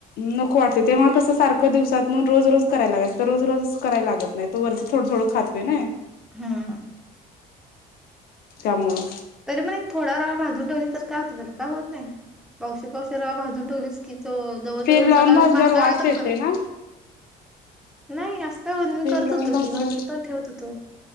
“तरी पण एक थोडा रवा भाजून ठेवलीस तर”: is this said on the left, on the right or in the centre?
Centre